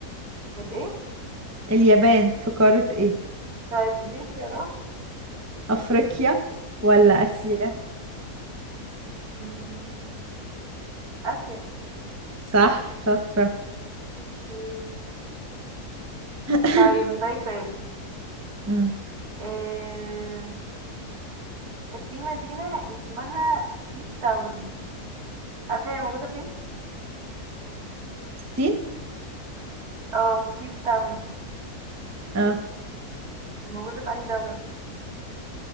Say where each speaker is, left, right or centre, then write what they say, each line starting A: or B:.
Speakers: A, on the right; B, on the right.
A: الإيه؟
B: اليابان في قارة ايه
A: طيب اديني اختيارات
B: افريقيا ولا اسيا
A: مم، آسيا
B: صح شاطرة
A: اوكي
B: <laughs>
A: طيب هسألك سؤال
B: مم.
A: آم، في مدينة اسمها كيب تاون عارفة هي موجودة فين؟
B: الصين
A: اه كيب تاون
B: اه
A: موجودة في أنهي دولة؟